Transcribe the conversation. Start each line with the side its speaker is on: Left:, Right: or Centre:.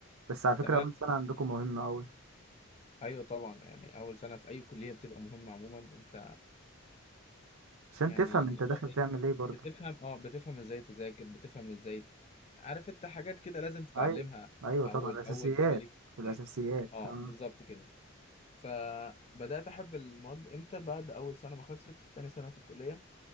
Right: بس على فكرة
Left: تمام
Right: اول سنة عندكم مهمة قوي
Left: ايوه طبعا يعني اول سنه في اي كليه بتبقى مهمه عموما انت
Right: عشان
Left: يعني
Right: تفهم
Left: اللي
Right: انت داخل
Left: هو ايه
Right: تعمل ايه برضه
Left: بتفهم اه بتفهم ازاي تذاكر بتفهم ازاي يعني عارف انت حاجات كده لازم تتعلمها
Right: ايوه ايوه
Left: اول
Right: طبعا الاساسيات
Left: اول سنه ليك في
Right: الاساسيات
Left: الكلية. اه
Right: اه
Left: بالظبط كده فبدات احب المواد امتى بعد اول سنه ما خلصت في تاني سنه في الكليه